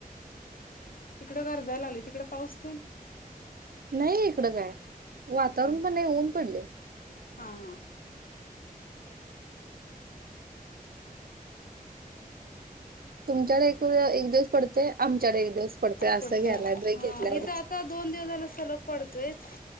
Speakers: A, on the left; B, on the right.
A: इकडं गरजाय लागलय. तिकड पाऊस तेन?
B: नाही इकडं काय. वातावरण
A: हा
B: पण नाही ऊन पडलय.
A: हा हा
B: तुमच्याकड एक तो एक दिवस पडतोय आमच्याकड एक दिवस पडतय. असं
A: पडतोय
B: घ्यालाय ब्रेक
A: हा
B: घेतलाय वाटत
A: इथं आता दोन दिवस झाला सलग पडतोयच.